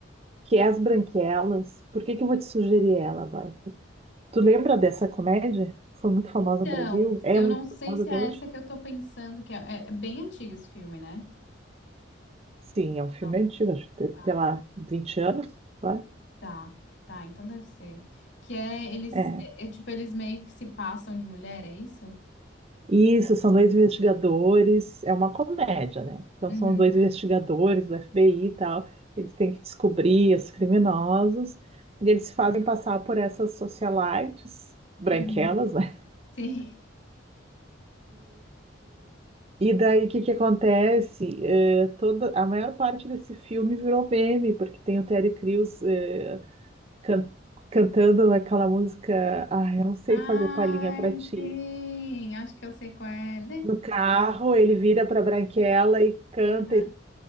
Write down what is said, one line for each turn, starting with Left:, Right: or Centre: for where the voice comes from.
Right: que é As Branquelas. Por que que eu vou te sugerir ela, Bárbara? Tu lembra dessa comédia? Foi muito famosa
Left: Então,
Right: no Brasil? É
Left: eu
Right: muito
Left: não sei
Right: famosa
Left: se
Right: até
Left: é
Right: hoje?
Left: essa que eu tô pensando, que é, é- é bem antigo esse filme, né?
Right: Sim, é um filme
Left: Não,
Right: antigo, acho que, tem,
Left: tá,
Right: sei lá, 20 anos, vai?
Left: tá, tá, então deve ser. Que é eles,
Right: É.
Left: é, é tipo, eles meio que se passam de mulher, é isso?
Right: Isso, são dois investigadores, é uma comédia, né? Então
Left: Uhum,
Right: são dois investigadores do FBI e tal, eles têm que descobrir os criminosos, e eles fazem passar por essas socialites branquelas,
Left: uhum.
Right: né?
Left: Sim.
Right: E daí o que que acontece? Eh, toda, a maior parte desse filme virou meme, porque tem o Terry Crews eh, can- cantando aquela música, ah, eu não sei
Left: Ai,
Right: fazer palhinha pra ti.
Left: sim, acho que eu sei qual é.
Right: No carro, ele vira pra Branquela e canta,
Left: Aham,
Right: e